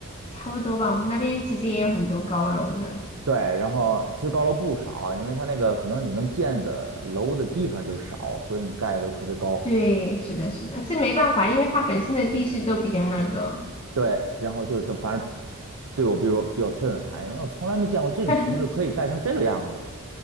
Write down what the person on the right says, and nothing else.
对，然后其实高楼不少啊，因为它那个可能你能建的楼的地方就少，所以你盖的都特别高。
对，然后就是反正对我比如说比较震撼，因为我从来没见过这种城市可以盖成这个样子。